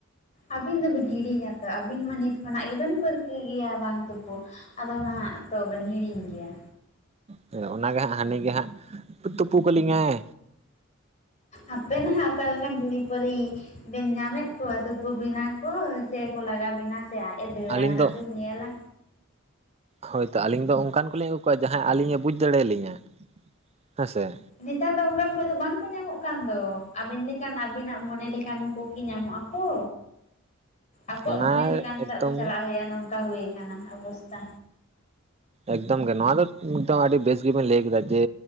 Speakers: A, on the left; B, on the right.
A: ᱟᱹᱵᱤᱱ ᱫᱚᱵᱤᱱ ᱦᱤᱲᱤᱧᱟᱛᱚ ᱟᱹᱵᱤᱱ ᱢᱟ ᱱᱤᱛ ᱠᱷᱚᱱᱟᱜ ᱜᱮᱵᱤᱱ ᱯᱟᱹᱨᱠᱟᱹᱣ ᱜᱮᱭᱟ ᱵᱟᱝ ᱛᱩᱯᱩᱜ ᱟᱫᱚ ᱱᱟᱦᱟᱜ ᱛᱚᱵᱮᱱ ᱦᱤᱲᱤᱧ ᱜᱮᱭᱟ
B: ᱦᱮ ᱚᱱᱟᱜᱮ ᱦᱟᱸᱜ ᱦᱟᱹᱱᱤ ᱜᱮ ᱦᱟᱸᱜ ᱛᱩᱯᱩ ᱠᱟᱞᱤᱧᱟᱭ
A: ᱦᱯᱮᱱ ᱦᱟᱜ ᱚᱠᱟ ᱞᱮᱠᱟᱱ ᱡᱲᱤ ᱯᱟᱨᱤ ᱵᱮᱱ ᱧᱟᱢᱮᱫ ᱠᱚᱣᱟ ᱛᱩᱯᱩ ᱵᱮᱱᱟ ᱠᱚ ᱥᱮᱠᱚ ᱞᱟᱜᱟ ᱵᱮᱱᱟ ᱥᱮ ᱟᱡ ᱮ ᱫᱟᱹᱲᱟ
B: ᱟᱹᱞᱤᱧ
A: ᱱᱟᱦᱟᱜ
B: ᱫᱚ
A: ᱵᱮᱱ ᱧᱮᱞᱟ
B: ᱦᱳᱭᱛᱚ ᱟᱹᱞᱤᱧ ᱫᱚ ᱚᱱᱠᱟᱱ ᱠᱚᱞᱤᱧ ᱟᱹᱜᱩ ᱠᱚᱣᱟ ᱡᱟᱦᱟᱸᱭ ᱟᱹᱞᱤᱧᱮ ᱵᱩᱡᱽ ᱫᱟᱲᱮᱭᱟᱞᱤᱧᱟ ᱦᱮᱸ ᱥᱮᱮ
A: ᱱᱮᱛᱟᱨ ᱫᱚ ᱚᱱᱠᱟᱱ ᱠᱚ ᱫᱚ ᱵᱟᱝᱠᱚ ᱧᱟᱢᱚᱜ ᱠᱟᱱ ᱫᱚ ᱟᱹᱵᱤᱱ ᱞᱮᱠᱟᱱ ᱟᱵᱤᱱᱟᱜ ᱢᱚᱱᱮ ᱞᱮᱠᱟᱱ ᱠᱩᱠᱤ ᱧᱟᱢᱚᱜ ᱟᱠᱚ ᱟᱠᱚᱣᱟᱜ
B: ᱚᱱᱟ
A: ᱢᱚᱱᱮ ᱞᱮᱠᱟ ᱱᱤᱛᱚᱜ
B: ᱮᱠᱫᱚᱢ
A: ᱫᱚ ᱪᱟᱞᱟᱜ ᱦᱩᱭᱩᱜᱼᱟ ᱱᱚᱝᱠᱟ ᱦᱩᱭ ᱚᱵᱚᱥᱛᱟ
B: ᱮᱠᱫᱚᱢ ᱜᱮ ᱱᱚᱣᱟ ᱫᱚᱫᱚᱢ ᱟᱹᱰᱤ ᱵᱮᱥ ᱜᱮᱵᱮᱱ ᱞᱟᱹᱭ ᱠᱮᱫᱟ ᱡᱮ